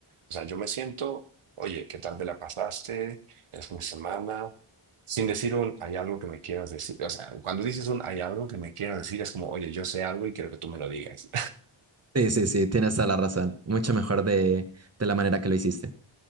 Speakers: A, on the right; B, on the right.
A: O sea, yo me siento, oye, ¿qué tal te la pasaste el fin de semana? Sin decir un, hay algo que me quieras decir. O sea, cuando dices un, hay algo que me quieras decir, es como, oye, yo sé algo y quiero que tú me lo digas.
B: Sí, sí, sí, tienes toda la razón. Mucho mejor de, de la manera que lo hiciste.